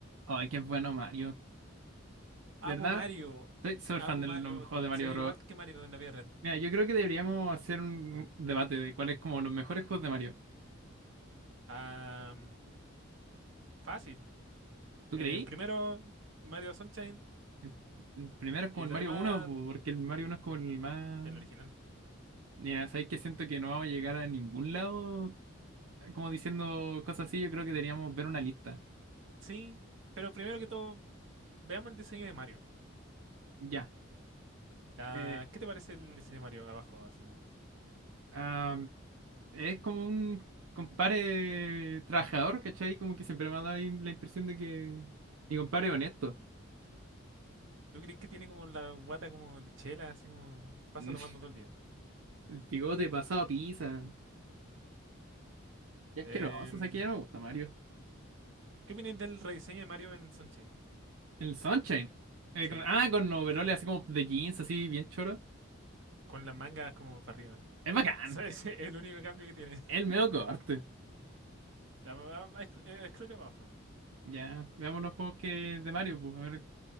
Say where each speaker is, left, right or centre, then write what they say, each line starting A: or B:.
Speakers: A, on the right (about 80°); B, on the right (about 65°).
A: Ay, qué bueno Mario.
B: Amo
A: De verdad,
B: Mario.
A: estoy súper
B: Amo
A: fan de
B: Mario.
A: los juegos de Mario
B: Soy
A: Bros.
B: igual que Mario en la vida real.
A: Mira, yo creo que deberíamos hacer un debate de cuáles como los mejores juegos de Mario.
B: Ah, fácil.
A: ¿Tú
B: Eh,
A: creí?
B: primero, Mario Sunshine
A: El el primero es como
B: y
A: el
B: lo
A: Mario
B: demás,
A: uno, po, porque el Mario uno es como el más...
B: el original.
A: Mira, ¿sabes qué? Siento que no vamos a llegar a ningún lado como diciendo cosas así. Yo creo que deberíamos ver una lista.
B: Sí, pero primero que todo, veamos el diseño de Mario.
A: Ya.
B: Ah,
A: Eh,
B: ¿qué te parece el diseño de Mario abajo? Así como,
A: ah, es como un compadre trabajador, ¿cachai? Como que siempre me ha dado ahí la impresión de que mi compadre es honesto.
B: ¿tú crees que tiene como la guata como de chela, así como pasa
A: <laughs>
B: tomando todo el día?
A: El bigote pasado a pizza. Qué asqueroso,
B: Em,
A: o sea que ya no me gusta Mario.
B: ¿qué opinas del rediseño de Mario en Sunshine?
A: El Sunshine. Eh,
B: Sí,
A: con- ah, con overoles así como de jeans, así bien choro.
B: con las mangas como para arriba.
A: Es bacán.
B: <laughs> Ese
A: eh,
B: es el único cambio que tiene.
A: El medio corte.
B: <laughs> La- la- la- escro- eh, scroll abajo.
A: Ya, veamos los juegos que de Mario. Pues, a ver,